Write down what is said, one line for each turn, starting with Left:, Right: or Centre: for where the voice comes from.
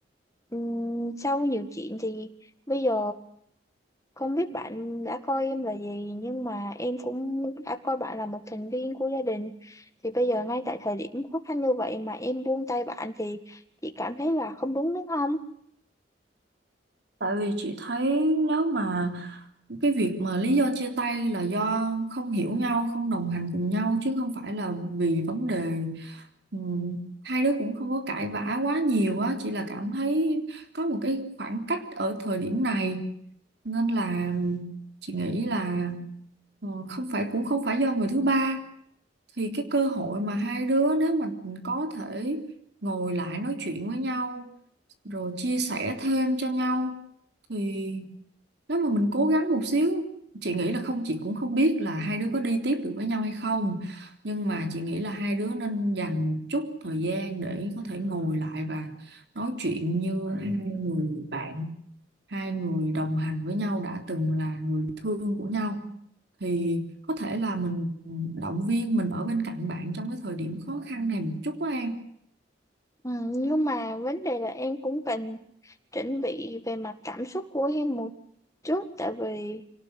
Left: Ừm, sau nhiều chuyện thì bây giờ không biết bạn đã coi em là gì nhưng mà em cũng đã coi bạn là một thành viên của gia đình. Thì bây giờ ngay tại thời điểm khó khăn như vậy mà em buông tay bạn thì chị cảm thấy là không đúng đúng không?
Right: Tại vì chị thấy nếu mà cái việc mà lý do chia tay là do không hiểu nhau, không đồng hành cùng nhau chứ không phải là vì vấn đề ừ, hai đứa cũng không có cãi vã quá nhiều á, chỉ là cảm thấy có một cái khoảng cách ở thời điểm này nên là chị nghĩ là ừ, không phải cũng không phải do người thứ ba thì cái cơ hội mà hai đứa nếu mà có thể ngồi lại nói chuyện với nhau rồi chia sẻ thêm cho nhau thì nếu mà mình cố gắng một xíu chị nghĩ là không chị cũng không biết là hai đứa có đi tiếp được với nhau hay không nhưng mà chị nghĩ là hai đứa nên dành một chút thời gian để có thể ngồi lại và nói chuyện như hai người bạn hai người đồng hành với nhau đã từng là người thương của nhau thì có thể là mình động viên mình ở bên cạnh bạn trong cái thời điểm khó khăn này một chút á em
Left: Ừ, nhưng mà vấn đề là em cũng cần chuẩn bị về mặt cảm xúc của em một chút tại vì